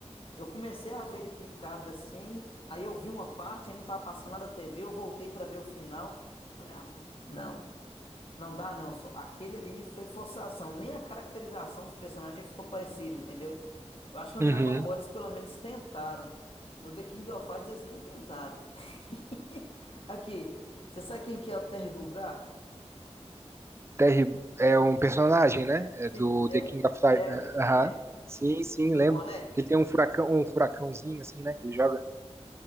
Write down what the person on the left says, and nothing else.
Eu comecei a ver ele picado assim, aí eu vi uma parte, aí não tava passando nada na TV, eu voltei pra ver o final. Falei, ah, mano, não. Não dá não, só. Aquele ali foi forçação. Nem a caracterização dos personagens ficou parecida, entendeu? Eu acho que no
Dragon Ball eles pelo menos tentaram. No The King of Fighters eles nem tentaram. <laughs> Aqui, você sabe quem que é o Terry Bugard?
Sim,
o Ter
Terry.
É,
do
boné?